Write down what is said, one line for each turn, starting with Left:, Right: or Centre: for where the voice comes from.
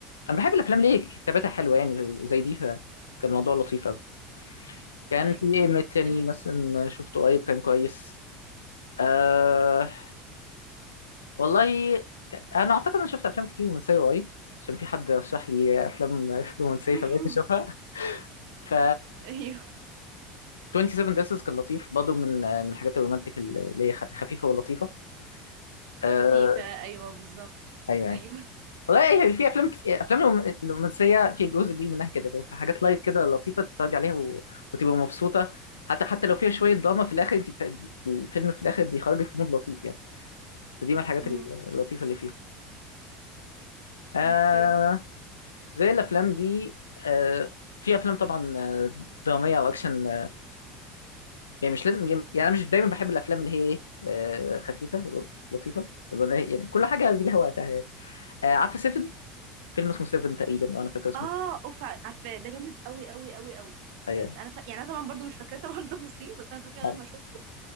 Left: أنا بحب الأفلام ليه كتابتها حلوة يعني زي دي فكان الموضوع لطيف أوي كان
Right: ايوه
Left: في إيه
Right: ايوه
Left: من التاني
Right: إن...
Left: مثلا شفته قريب كان كويس أه... والله أنا أعتقد أنا شفت أفلام كتير رومانسية قريب عشان في حد رشح لي أفلام <laughs> رومانسية
Right: <laughs>
Left: فبقيت أشوفها ف
Right: ايوه
Left: 27 ديسز كان لطيف برضه من آه، من الحاجات الرومانتك اللي هي خ- خفيفه ولطيفه آه،
Right: خفيفه ايوه بالظبط
Left: ايوه
Right: ايوه
Left: ايوه والله هي في افلام كتير افلام الروم- الرومانسيه في جزء كبير منها كده لو في حاجات لايت كده لطيفه تتفرج عليها و... وتبقى مبسوطه حتى حتى لو فيها شويه دراما في الاخر انت بت... الفيلم في الاخر بيخرج في مود لطيف يعني فدي من الحاجات
Right: مم.
Left: اللطيفه اللي فيه آه
Right: اوكي
Left: غير الافلام دي آه في افلام طبعا آه، دراميه او اكشن يعني مش لازم يعني انا مش دايما بحب الافلام اللي هي ايه آه، خفيفه ولطيفه اللي هو يعني كل حاجه ليها وقتها يعني آه، عارفه سيفن فيلم اسمه سيفن تقريبا لو انا فاكر اسمه
Right: اه اوف عارفاه ده جامد قوي قوي قوي قوي بجد
Left: ايوه
Right: انا ف... يعني انا طبعا برضو مش فاكراه طبعا <laughs> تفاصيل بس انا فاكره لما
Left: أيوة.
Right: شفته